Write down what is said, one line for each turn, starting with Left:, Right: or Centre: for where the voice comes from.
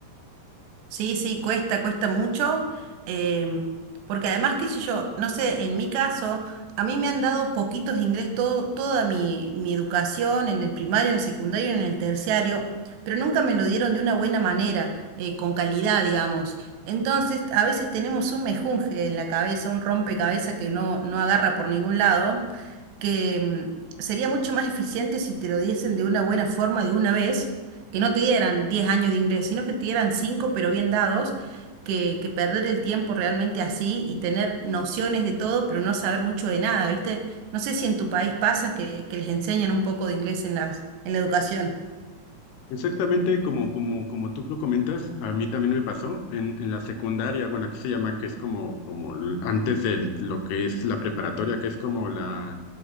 Right: Sí, sí, cuesta, cuesta mucho, em, porque además, qué sé yo, no sé, en mi caso, a mí me han dado poquitos de inglés todo, toda mi, mi educación en el primario, en el secundario, en el terciario, pero nunca me lo dieron de una buena manera, eh, con calidad, digamos. Entonces, a veces tenemos un mejunje en la cabeza, un rompecabezas que no, no agarra por ningún lado que mm, sería mucho más eficiente si te lo diesen de una buena forma de una vez, que no te dieran 10 años de inglés, sino que te dieran 5 pero bien dados, que, que perder el tiempo realmente así y tener nociones de todo pero no saber mucho de nada, ¿viste? No sé si en tu país pasa que, que les enseñan un poco de inglés en las, en la educación.
Left: Exactamente como, como, como tú lo comentas, a mí también me pasó en, en la secundaria, bueno, aquí se llama que es como, como l- antes de lo que es la preparatoria, que es como la,